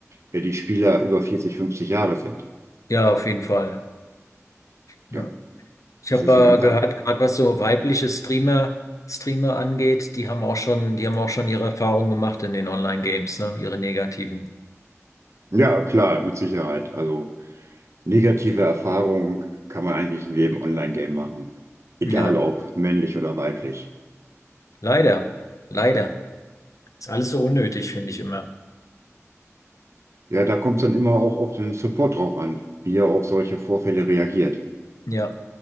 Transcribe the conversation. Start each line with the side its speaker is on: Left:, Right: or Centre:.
Right: äh, die Spieler über 40, 50 Jahre sind.
Left: Ja, auf jeden Fall. Ja.
Right: Ja,
Left: Ich
Right: es
Left: habe
Right: ist ein ganz
Left: äh, gehört,
Right: anderes.
Left: gerade was so weibliche Streamer, Streamer angeht, die haben auch schon, die haben auch schon ihre Erfahrungen gemacht in den Online-Games, ne? Ihre negativen.
Right: Ja, klar, mit Sicherheit. Also negative Erfahrungen kann man eigentlich in jedem Online-Game machen, egal
Left: Ja,
Right: ob männlich oder weiblich.
Left: leider. Leider. Ist alles so unnötig, finde ich immer.
Right: Ja, da kommt es dann immer auch auf den Support drauf an, wie er auf solche Vorfälle reagiert.
Left: Ja,